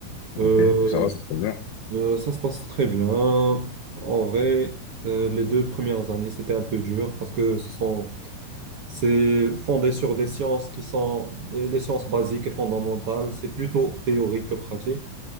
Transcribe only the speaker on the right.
Euh,
euh, ça se passe très bien. En vrai, euh, les deux premières années, c'était un peu dur parce que ce sont, c'est fondé sur des sciences qui sont les sciences basiques et fondamentales. C'est plutôt théorique que pratique.